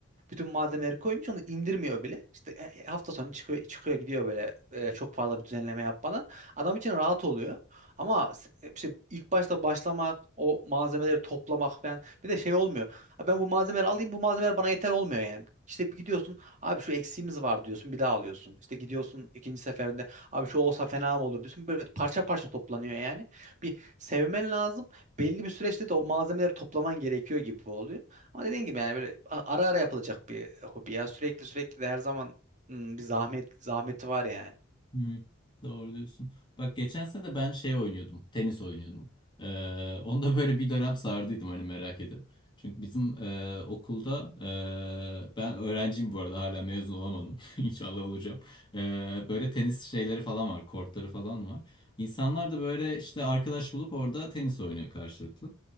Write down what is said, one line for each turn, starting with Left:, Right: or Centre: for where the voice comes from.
Right: bütün malzemeleri koymuş onu indirmiyor bile. İşte e, e, hafta sonu çıkıyor, çıkıyor gidiyor böyle e, çok fazla bir düzenleme yapmadan. Adam için rahat oluyor. Ama s- e, işte ilk başta başlamak, o malzemeleri toplamak falan bir de şey olmuyor. Ha, Ben bu malzemeleri alayım bu malzemeler bana yeter olmuyor yani. İşte bir gidiyorsun abi şu eksiğimiz var diyorsun bir daha alıyorsun. İşte gidiyorsun ikinci seferinde abi şu olsa fena mı olur diyorsun. Böyle parça parça toplanıyor yani. Bir sevmen lazım. Belli bir süreçte de o malzemeleri toplaman gerekiyor gibi oluyor. Ama dediğin gibi yani böyle a- ara ara yapılacak bir hobi ya. Sürekli sürekli de her zaman hmm, bir zahmet zahmeti var yani.
Left: Hı, doğru diyorsun. Bak geçen sene de ben şey oynuyordum. Tenis oynuyordum. Ee, <laughs> onu da böyle bir dönem sardıydım hani merak edip. Çünkü bizim e, okulda e, ben öğrenciyim bu arada hala mezun olamadım. <laughs> İnşallah olacağım. Ee, böyle tenis şeyleri falan var. Kortları falan var. İnsanlar da böyle işte arkadaş bulup orada tenis oynuyor karşılıklı.